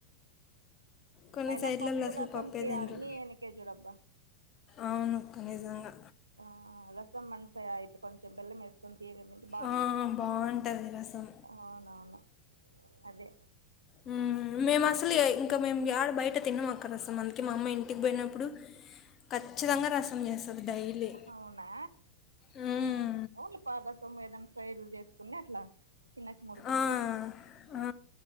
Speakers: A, on the left; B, on the right.
A: కొన్ని
B: అయినా
A: సైడ్లలో
B: పప్పు
A: అసలు
B: రసంకి
A: పప్పే తినరు
B: అన్ని వెనకే చూడబ్బా
A: అవును నిజంగా
B: ఆ రసం మనసయ ఇట్ల కొంచెం బెల్లం వేసుకొని తీగ తింటే బాగుంటది
A: ఆ! బావుంటది రసం
B: అవునవును అదే
A: ఊ మేము అసలు ఇంకా మేము ఏడ బయట తినము అక్క రస మది కె మా అమ్మ ఇంటికి పోయినప్పుడు ఖచ్చితంగా రసం చేస్తది డైలీ.
B: అవునా
A: హ్మ్.
B: ఆ ఓ నీ పాత సొమ్ము ఏదయినా ఫ్రైడులు చేసి వున్నట్లా తినచ్చు మూడు పుట్ల
A: ఆ! ఆ!